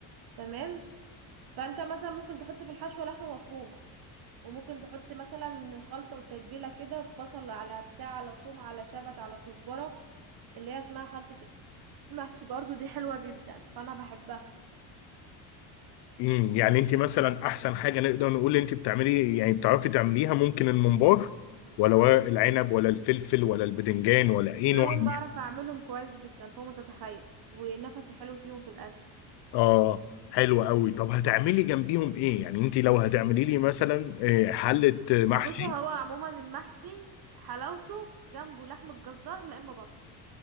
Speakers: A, on the right (about 50°); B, on the left (about 60°).
A: تمام فانت مثلا ممكن تحط في الحشوه لحمه مفرومه وممكن تحط مثلا خلطه وتتبيله كده في بصل على بتاع على ثوم على شبت على كزبره اللي هي اسمها خلطه المحشي برضو دي حلوه جدا فانا بحبها
B: امم يعني انت مثلا احسن حاجه نقدر نقول انت بتعملي يعني بتعرفي تعمليها ممكن الممبار ولا ورق العنب ولا الفلفل ولا البدنجان ولا ايه
A: كلهم
B: نوع المحشي
A: بعرف اعملهم كويس جدا فوق ما تتخيل ونفسي حلو فيهم في الاكل
B: اه حلو قوي طب هتعملي جنبيهم ايه يعني انت لو هتعملي لي مثلا آه، حله محشي
A: بص هو عموما المحشي حلاوته جنبه لحمة جزار لا اما بط